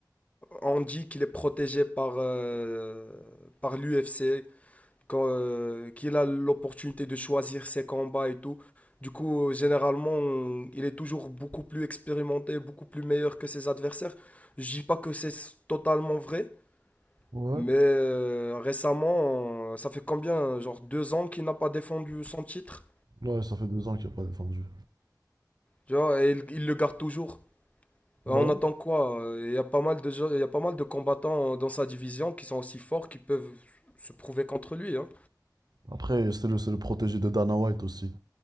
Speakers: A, on the left; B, on the right.
A: on dit qu'il est protégé par euh, par l'UFC, quand, euh, qu'il a l'opportunité de choisir ses combats et tout. Du coup, euh, généralement, on- il est toujours beaucoup plus expérimenté, beaucoup plus meilleur que ses adversaires. Je dis pas que c'est s- totalement vrai,
B: Ouais.
A: mais euh, récemment, euh, ça fait combien, genre deux ans qu'il n'a pas défendu son titre,
B: Ouais, ça fait deux ans qu'il n'a pas défendu.
A: tu vois, et il il le garde toujours.
B: Bah
A: Euh, On attend
B: oui.
A: quoi? Euh, Il y a pas mal de, gens- il y a pas mal de combattants dans sa division qui sont aussi forts, qui peuvent se prouver contre lui, hein.
B: Après, c'est le, c'est le protégé de Dana White aussi.